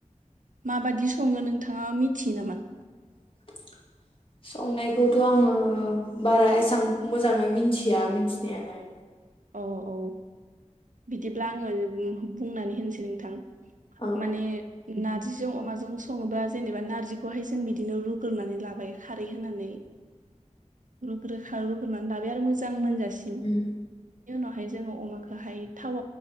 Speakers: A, on the right; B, on the left.
A: माबादि सङो नोंथाङा मिथियो नामा?
B: <inaudible> संनायखौथ' आङो बारा एसां मोजाङै मिथिया मिन्थिनायालाय।
A: औ औ बिदिब्ला आङो उम बुंनानै होनोसै नोंथां।
B: औ
A: माने
B: औ
A: नार जिजों अमाजों सङोबा जेनेबा नारजिखौहाय जों बिदिनो रुग्रोनानै लाबाय। खारै होनानै रुग्रोखा रुग्रोनानै लाबाय आरो मोजां मोनजा सिम।
B: उम
A: उनावहाय जोङो अमाखोहाय थाव